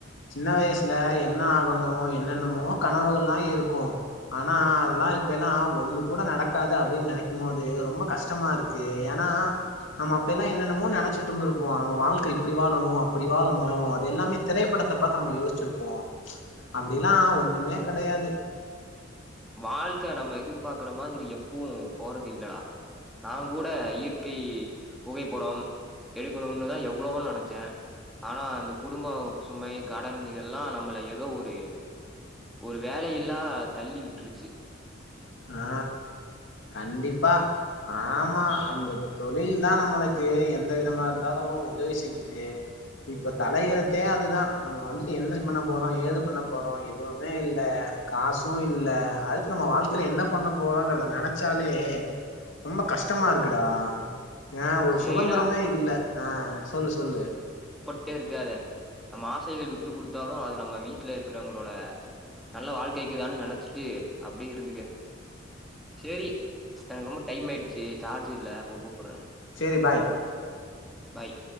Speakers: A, on the left; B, in the centre.
A: சின்ன வயசுல என்ன ஆகனு என்னென்னமோ கனவுகள்லா இருக்கு ஆனா அதுலா இப்பயெல்லா ஒன்னு கூட நடக்காது அப்டின் நெனைக்கும் போது ரொம்ப கஷ்டமா இருக்கு ஏனா நம்ம அப்பயெல்லா என்னென்னமோ நெனச்சிட்டு இருந்துருப் போ நம்ம வாழ்க்க இப்புடி வாழனு அப்புடி வாழனு அது எல்லாமே திரைப்படத்த பாத்து நம்ம யோசிச்சிருப்போ அப்டிலா
B: ஆ
A: ஒன்னுமே கடயாது
B: வாழ்க்க நம்ம எதிர்பாக்குற மாதிரி எப்பவு போறது இல்லடா நா கூட இயற்கை புகைப்படம் எடுக்கணுன்னுதா எவ்வளவொ நெனச்சே ஆனா அந்த குடும்ப சுமை கடன் இதெல்லா நம்மள எதோ ஒரு ஒரு வேலையில்லா தள்ளி விட் ருச்சு
A: ஆ கண்டிப்பா ஆமா அந்த தொழில்தா நம்மளுக்கு எந்த விதமா இருந்தாலு உதவி செய்யிது இப்ப தலையெழுத்தே அதுதா நம்ம வந்துட்டு என்ன பண்ண போறோ ஏது பண்ண போறோ எதுவுமே இல்ல காசு இல்ல அடுத்து நம்ம வாழ் க்கைல என்ன பண்ண போறோங்குறத நனச்சாலே ரொம்ப கஷ்டமா இருக்குடா ஏனா ஒரு
B: சேரிடா
A: சுகந்திரமே இல்ல ஆ சொல்லு சொல்லு
B: டே இருக்காத நம்ம ஆசைகள் விட்டு குடுத்தாலு அது நம்ம வீட்ல இருக்குறவுங்களோட நல்ல வாழ்க்கைக்குதான்னு நெனச்சுட்டு அப்டியே இருந்துக்க சேரி எனக்கு ரொம்ப டைம் ஆயிடு சேரி சார்ஜ் இல்ல அப்ப கூப்புட்றே
A: சேரி பாய்
B: பாய்